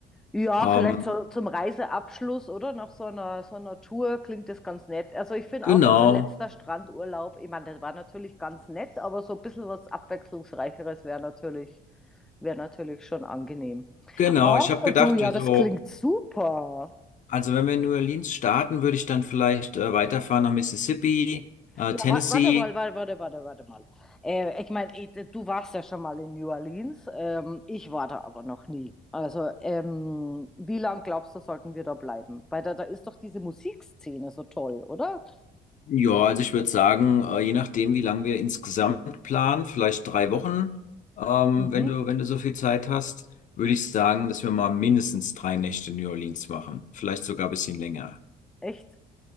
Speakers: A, in the centre; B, on the left.
A: Ja,
B: Ähm,
A: vielleicht so zum Reiseabschluss, oder? Nach so einer, so einer Tour klingt das ganz nett. Also ich finde
B: genau,
A: auch unser letzter Strandurlaub, ich meine, das war natürlich ganz nett, aber so ein bisschen was Abwechslungsreicheres wäre natürlich, wäre natürlich schon angenehm.
B: genau.
A: Oh,
B: Ich habe gedacht,
A: du, ja,
B: wir
A: das
B: so
A: klingt super.
B: Also wenn wir in New Orleans starten, würde ich dann vielleicht äh, weiterfahren nach Mississippi, äh,
A: Ja,
B: Tennessee.
A: wa- warte mal, warte, warte, warte, warte mal. Äh, ich meine, du warst ja schon mal in New Orleans. Ähm, ich war da aber noch nie. Also, ähm, wie lange glaubst du, sollten wir da bleiben? Weil da, da ist doch diese Musikszene so toll, oder?
B: Ja, also ich würde sagen, äh, je nachdem, wie lange wir insgesamt planen, vielleicht drei Wochen, ähm,
A: Mhm,
B: wenn du, wenn du so viel Zeit hast, würde ich sagen, dass wir mal mindestens drei Nächte in New Orleans machen. Vielleicht sogar ein bisschen länger.
A: echt.